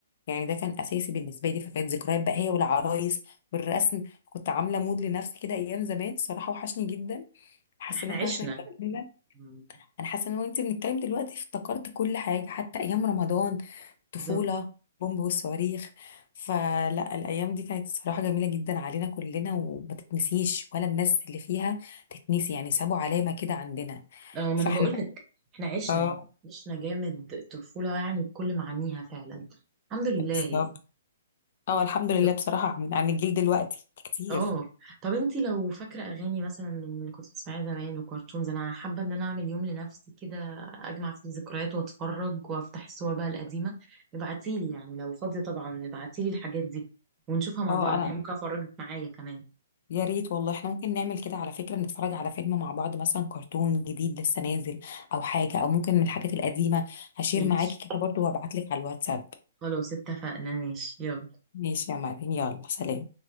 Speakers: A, on the left (about 55°); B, on the right (about 25°).
A: يعني ده كان اساسي بالنسبه لي فكانت ذكريات بقى هي والعرايس والرسم كنت عامله مود لنفسي كده ايام زمان الصراحه وحشني جدا حاسه
B: إحنا
A: ان احنا
B: عشنا
A: واحنا اتكلمنا
B: مم.
A: انا حاسه ان انا وانت بنتكلم دلوقتي افتكرت كل حاجه حتى ايام رمضان طفولة
B: بالظبط
A: بومب والصواريخ فلا الأيام دي كانت الصراحة جميلة جدا علينا كلنا وما تتنسيش ولا الناس اللي فيها تتنسي يعني سابوا علامة كده عندنا
B: أه ما
A: فاحنا
B: أنا بقول لك إحنا عشنا
A: اه
B: يعني عشنا جامد الطفولة يعني بكل معانيها فعلا الحمد لله يعني.
A: بالظبط اه الحمد لله
B: طب-
A: بصراحة عن عن الجيل دلوقتي كتير
B: اه طب انتي لو فاكرة اغاني مثلا من اللي كنت بتسمعيها زمان وكرتونز انا حابة ان انا اعمل يوم لنفسي كده اجمع فيه الذكريات واتفرج وافتح الصور بقى القديمة ابعتيلي يعني لو فاضية طبعا ابعتيلي الحاجات دي ونشوفها مع
A: اه
B: بعض
A: أنا
B: يعني خلاص ممكن افرجك معايا كمان
A: يا ريت والله احنا ممكن نعمل كده على فكرة نتفرج على فيلم مع بعض مثلا كرتون جديد لسه نازل أو حاجة أو ممكن من الحاجات القديمة هشير
B: ماشي
A: معاكي كده برضو وابعتلك على الواتساب
B: خلاص اتفقنا ماشي يلا
A: ماشي يا مريم يلا سلام